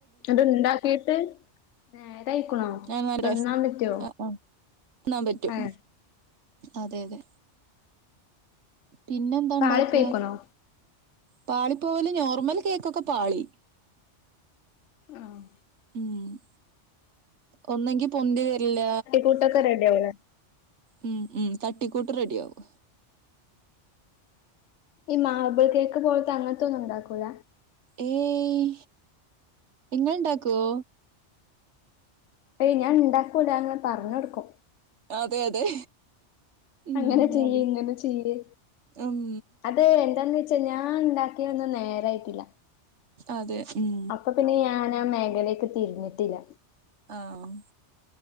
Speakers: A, on the left (about 80°); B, on the right (about 70°).
A: ന്നട്ട് ഇണ്ടാക്കിട്ട് നേരായിക്കണോ
B: ഞാൻ നല്ല
A: തിന്നാൻ
B: രസം
A: പറ്റോ
B: ആ ആ തിന്നാൻ പറ്റും
A: ഏ
B: അതെ അതെ പിന്നെ എന്താ
A: പാളിപ്പോയിക്കണോ
B: ഇണ്ടാക്ക പാളിപ്പോവല് നോർമൽ കേക്കൊക്കെ പാളി
A: ആഹ്
B: ഉം ഒന്നങ്കി പൊന്തി വര്ല്ല
A: കൂട്ടക്കെ റെഡിയാവുളെ
B: ഉം ഉം തട്ടിക്കൂട്ട് റെഡി ആവും
A: ഈ മാബിൾ കേക്ക് പോലത്തെ അങ്ങനത്തൊന്നും ഉണ്ടാക്കൂല
B: ഏയ് ഇങ്ങളുണ്ടാക്കുവോ
A: ഏയ് ഞാൻ ഇണ്ടാക്കൂല ങ്ങനെ പറഞ്ഞൊടുക്കും
B: അതെ അതെ ഉം
A: അങ്ങനെ ചെയ്യേ
B: നല്ല
A: ഇങ്ങനെ ചെയ്യേ
B: ഉം
A: അതെ എന്താന്ന് വെച്ചാ ഞാൻണ്ടാ ത്തിനൊന്നും നേരായിട്ടില്ല
B: അതെ ഉം
A: അപ്പൊ പിന്നെ ഞാനാ മേഖലക്ക് തിരിഞ്ഞിട്ടില്ല
B: ആഹ്